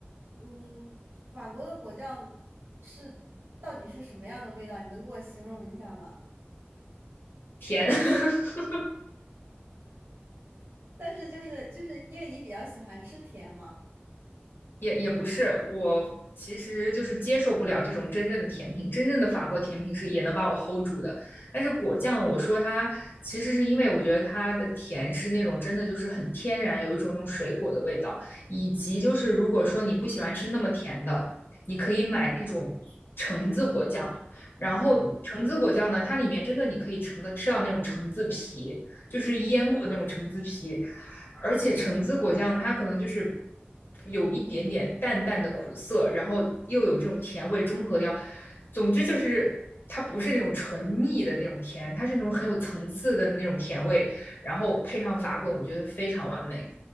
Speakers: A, on the right; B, on the left.
A: 嗯，法国的果酱是到底是什么样的味道？你能给我形容一下吗？
B: 甜。<laughs>
A: 但是就是就是因为你比较喜欢吃甜嘛，
B: 也也不是，我其实就是接受不了这种真正的甜品。真正的法国甜品是也能把我 hold 住的，但是果酱，我说它其实是因为我觉得它的甜是那种真的就是很天然，有一种那种水果的味道，以及就是如果说你不喜欢吃那么甜的，你可以买那种橙子果酱。然后橙子果酱呢，它里面真的你可以橙的吃到那种橙子皮，就是腌过的那种橙子皮。而且橙子果酱它可能就是有一点点淡淡的苦涩，然后又有这种甜味中和掉。总之就是它不是那种纯腻的那种甜，它是那种很有层次的那种甜味，然后配上法棍，我觉得非常完美。